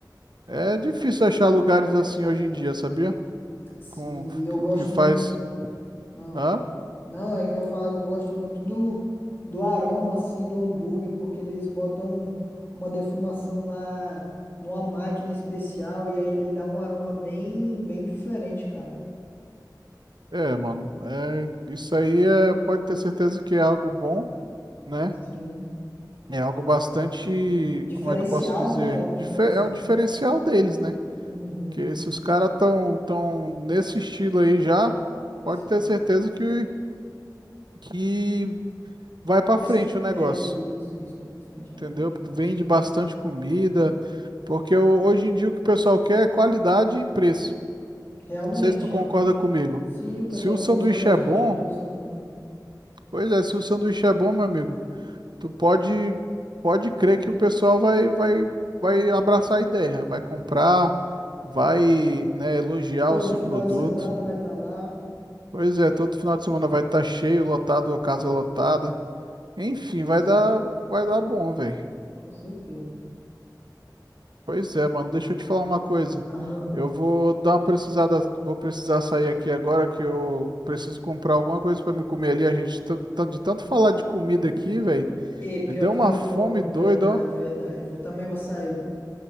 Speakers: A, on the right; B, on the left.
A: É difícil achar lugares assim hoje em dia, sabia?
B: Sim,
A: Com,
B: e eu
A: que,
B: gosto
A: que faz.
B: muito. Ah,
A: Ah,
B: não, é que eu ia falar que eu gosto muito do, do aroma, assim, do hambúrguer, porque eles botam uma defumação lá numa máquina especial e aí ele dá um aroma bem, bem diferente, cara.
A: é, mano. É, isso aí é, pode ter certeza que é algo bom, né?
B: Sim.
A: É algo bastante,
B: Diferencial,
A: como é que eu posso dizer?
B: né? É um diferencial.
A: Dife- é o diferencial deles, né?
B: Uhum,
A: Que se os caras estão tão tão nesse estilo aí já, pode
B: sim.
A: ter certeza que, que vai pra frente
B: É, su-
A: o negócio.
B: é isso, isso é pra frente, realmente.
A: entendeu? Porque Vende
B: Sim.
A: bastante comida, porque o- hoje em dia o que o pessoal quer é qualidade e preço.
B: Realmente,
A: Não sei se tu concorda
B: realmente.
A: comigo.
B: Sim, o pessoal
A: Se o
B: busca
A: sanduíche
B: bastante
A: é bom,
B: por isso também.
A: pois é, se o sanduíche é bom, meu amigo, tu pode pode crer que o pessoal vai vai vai abraçar a ideia, vai comprar, vai, né, elogiar
B: Todo
A: o seu
B: final
A: produto.
B: de semana vai estar lá.
A: Pois é, todo final de semana vai estar cheio, lotado, a casa lotada. Enfim,
B: Isso,
A: vai dar vai dar bom, velho.
B: com certeza.
A: Pois é, mano, deixa eu te falar uma coisa.
B: Aham.
A: Eu vou dar uma precisada, vou precisar sair aqui agora que eu preciso comprar alguma coisa pra me comer ali. A gente tá, tá- de tanto falar de comida aqui, velho,
B: E pior
A: me deu
B: que
A: uma
B: deu
A: fome
B: fome,
A: doida,
B: verdade,
A: ó.
B: verdade. Vou também vou sair, mano.